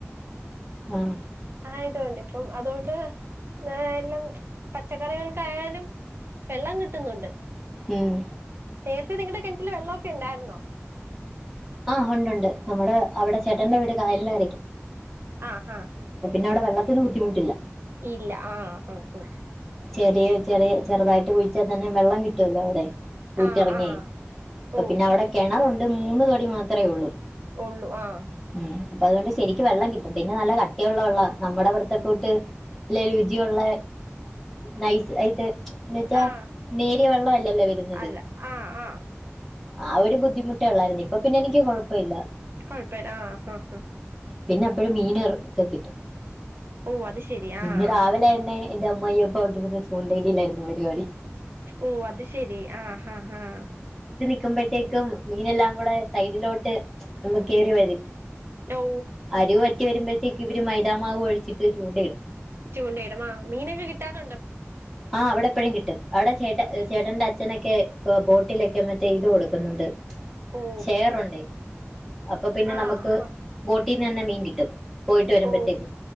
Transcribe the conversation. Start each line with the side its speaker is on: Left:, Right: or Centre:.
Centre: ആഹ്
Right: ആയതൊണ്ട് ഇപ്പം അതുകൊണ്ട് എല്ലാം പച്ചക്കറികൾക്കായാലും വെള്ളം കിട്ടുന്നുണ്ട്.
Centre: ഉം
Right: നേരത്തെ നിങ്ങളുടെ കിണറ്റില് വെള്ളമൊക്കെ ഉണ്ടായിരുന്നോ?
Centre: ആ ഉണ്ട് ഉണ്ട്. നമ്മുടെ അവിടെ ചേട്ടന്റെ വീട് കായല
Right: ആഹ് ആഹ്
Centre: അപ്പ പിന്നെ അവിടെ വെള്ള രു ബുദ്ധിമുട്ടില്ല
Right: ഇല്ല ആഹ ആഹ് ആഹ
Centre: ചെറിയ ചെറിയ ചെറുതായിട്ട് കുഴിച്ചാൽ തന്നെ വെള്ളം കിട്ടുവല്ലോ അവിടെ പൂറ്റിറങ്ങ,
Right: ആഹ് ആഹ് ആഹ് ആഹ്
Centre: അപ്പ
Right: ഓ
Centre: പിന്നെ അവിടെ കിണറു മൂന്ന് തൊടി മാത്രമേ ഉള്ളൂ
Right: ഉള്ളു ആഹ്
Centre: ഉ അപ്പൊ അതുകൊണ്ട് ശരിക്ക് വെള്ളം കി പിന്നെ നല്ല കട്ടിയുള്ള വെള്ള, നമ്മുടെ ഇവിടുത്തെ കൂട്ട് ല്ലെ രുചിയുള്ള നൈസ് യിട്ട് എന്നുവ വച്ചാ
Right: ആഹ്
Centre: നേരിയ വെള്ള അല്ലല്ലോ വരുന്നത്
Right: അല്ല ആഹ് ആഹ്
Centre: ആ ഒരു ബുദ്ധിമുട്ട ഉള്ളായിരുന്നു. ഇപ്പൊ പിന്നെ എനിക്ക് കുഴപ്പ ല്ല
Right: കുഴപ്പല്ലാ ആഹ് ആഹ ആഹ
Centre: പിന്നെ എപ്പഴും മീൻ ഒക്കെ കിട്ടും
Right: ഓ അത് ശെരി ആഹ്
Centre: ഉ ആവല എന്നെ ഇന്റെ അമ്യ ഇ ചൂണ്ടേടില്ലായിരുന്നു പരിപാടി
Right: ഓ അത് ശെരി ആഹ് ഹഹ ആഹ
Centre: ക്കുമ്പോഴത്തേക്കും മീനെല്ലാം കൂടെ സൈഡിലോട്ട് നമ്മ കയറി വരും
Right: ഓ
Centre: അരിവ് വറ്റി വരുമ്പോ ക്ക് ഇവര് മൈതാമാവ് ഒഴിച്ചിട്ട് ചൂണ്ടയിടും
Right: ചുണ്ടയിടും, മീനക്കെ കിട്ടാറു
Centre: ആഹ, അവിടെ എപ്പഴും കിട്ടും. അവിടെ ചേട്ട ചേട്ടന്റെ അച്ഛനൊക്കെ പ്പംബോട്ടിലൊക്കെ മറ്റേ ഇത് കൊടുക്കുന്നുണ്ട്
Right: ഓ
Centre: ഷെയർ ഉണ്ടേ അപ്പംപിന്നെ
Right: ആഹ്
Centre: ന്നമ്മുക്ക് ബോട്ടീന്ന് തന്നെ മീൻ കിട്ടും പോയിട്ട് വരുമ്പോയ്‌ത്തേക്ക്
Right: ഓ